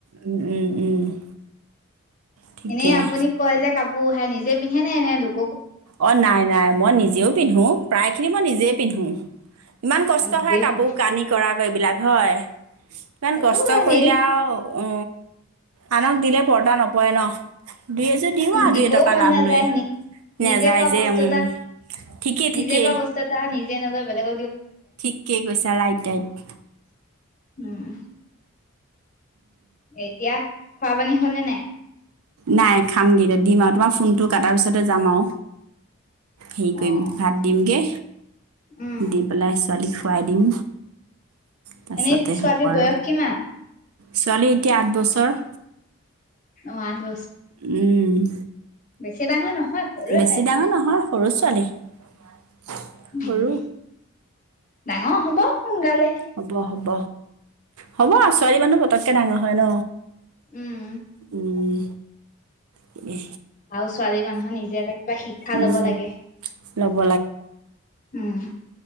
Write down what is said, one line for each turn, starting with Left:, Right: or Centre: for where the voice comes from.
Right: উম, উম, উম ঠিকেই।
Left: এনেই আপুনি কয় যে কাপোৰ হে নিজে পিন্ধে নে নে লোক
Right: অ নাই নাই মই নিজেও পিন্ধো প্ৰায়খিনি মই নিজেই পিন্ধো ইমান কষ্ট
Left: অ নিজে
Right: হয় কাপোৰ
Left: পিন্ধে
Right: কানি কৰা এইবিলাক হয় ইমান
Left: সেইটো
Right: কষ্ট
Left: হয়
Right: কৰিলে
Left: নি
Right: আৰু অ আনক দিলে পৰ্টা নপৰে ন দুই এযোৰ দিও আৰু
Left: দিবও
Right: দুই এটকা
Left: মন
Right: লাভ
Left: নাযায়
Right: লৈ
Left: নি
Right: নাযায়
Left: নিজে কোৱা
Right: যে
Left: বস্তু
Right: উম
Left: এটা
Right: ঠিকেই
Left: নিজে
Right: ঠিকেই
Left: কোৱা বস্তু এটা নিজে নলৈ বলেগ
Right: ঠিকেই কৈছা ৰাইট ৰাইট
Left: উম, এতিয়া খোৱা পানী হ'লে নে নাই
Right: নাই খামগৈ দিম আৰু তোমাৰ ফোনটো কটাৰ পিছতে যাম আৰু হেৰি কৰিম
Left: অ',
Right: ভাত দিমগে
Left: উম,
Right: দি পেলাই ছোৱালীখন <unintelligible> উপাই দিম তাৰপাছতে
Left: এনেই ছোৱালীৰ
Right: হ'ব আৰু
Left: বয়স কিমান
Right: ছোৱালী এতিয়া আঠ বছৰ
Left: অ আঠ ব
Right: উম
Left: বেছি ডাঙৰ নহয় সৰুৱে
Right: বেছি
Left: হৈ আছে
Right: ডাঙৰ নহয় <unintelligible>
Left: উ
Right: সৰু
Left: ডাঙৰ হ'ব সোনকালে
Right: হ'ব হ'ব হ'ব ছোৱালী মানুহ পতককে ডাঙৰ হয় ন
Left: উম,
Right: উম কি
Left: আৰু ছোৱালী মানুহ নিজে এটা কিবা শিক্ষা
Right: উম
Left: লব লাগে
Right: ল'ব
Left: উম।